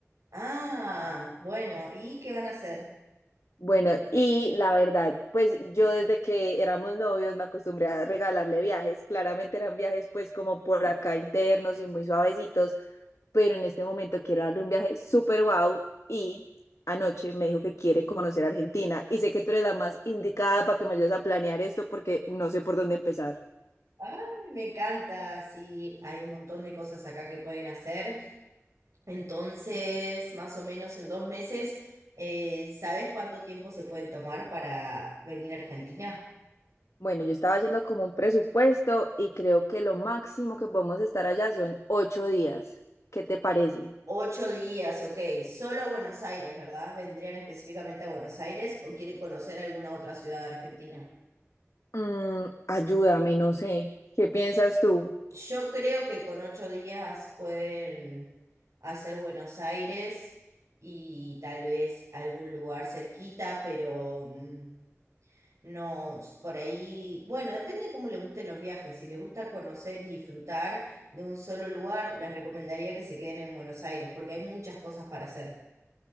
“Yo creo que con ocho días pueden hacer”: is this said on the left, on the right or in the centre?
Right